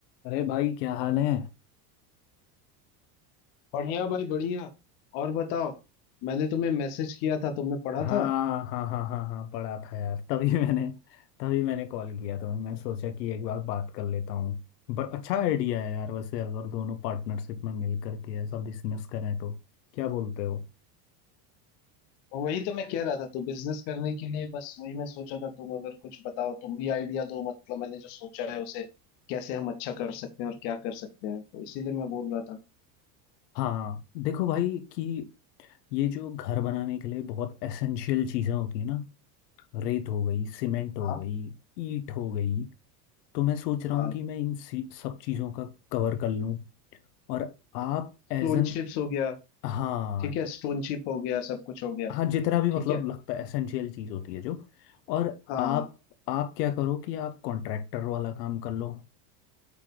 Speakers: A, on the left; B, on the left.
A: अरे भाई क्या हाल है
B: बढ़िया भाई बढ़िया और बताओ मैंने तुम्हें मैसेज किया था तुमने पढ़ा
A: हाँ
B: था
A: हाँ हाँ हाँ हाँ पढ़ा था यार तभी मैंने तभी मैंने कॉल किया था मैं सोचा कि एक बार बात कर लेता हूँ बट अच्छा आइडिया है यार वैसे अगर दोनों पार्टनरशिप में मिल करके ऐसा बिजनेस करें तो क्या बोलते हो
B: और वही तो मैं कह रहा था तो बिजनेस करने के लिए बस वही मैं सोचा था तुम अगर कुछ बताओ तुम भी आइडिया दो मतलब मैंने जो सोचा है उसे कैसे हम अच्छा कर सकते हैं और क्या कर सकते हैं तो इसीलिए मैं बोल रहा था
A: हाँ देखो भाई कि ये जो घर बनाने के लिए बहुत एसेंशियल चीज़ें होती है ना रेत हो गई सीमेंट हो
B: हाँ
A: गई ईंट हो गई तो मैं सोच
B: हाँ
A: रहा हूँ कि मैं इन सी- सब चीज़ों का कवर कर लूँ और आप एज
B: स्टोन
A: एन
B: चिप्स हो गया
A: हाँ
B: ठीक है स्टोन चिप हो गया सब कुछ हो गया
A: हाँ जितना भी मतलब
B: ठीक है
A: लगता है एसेंशियल चीज होती है जो और
B: हाँ
A: आप आप क्या करो कि आप कॉन्ट्रैक्टर वाला काम कर लो